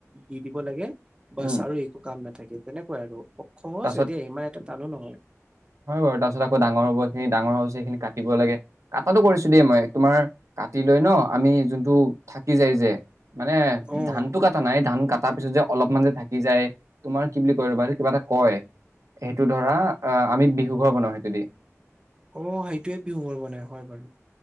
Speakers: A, on the right; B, on the right.
A: দি দিব লাগে। বাছ
B: উম
A: আৰু একো কাম নাথাকে তেনেকুৱাই আৰু। সহজ
B: তাৰপাছত
A: এতিয়া ইমান এটা টানো নহয়।
B: হয় বাৰু, তাৰপিছত আকৌ ডাঙৰ হ'ব এইখিনি ডাঙৰ হ'ব, সেইখিনি কাটিব লাগে, কাটাটো কৰিছিলোঁ মই তোমাৰ কাটি লৈ ন' আমি যোনটো থাকি যায় যে মানে
A: অ'
B: ধানটো কাটা নাই ধান কা তাৰপিছত যে অলপমান যে থাকি যায়, তোমাৰ কি বুলি কয় ৰবা কিবা এটা কয় সেইটো ধৰা আ, আমি বিহু ঘৰ বনাওঁ সেইটোদি।
A: অ' সেইটোৱে বিহু ঘৰ বনাই, হয় বাৰু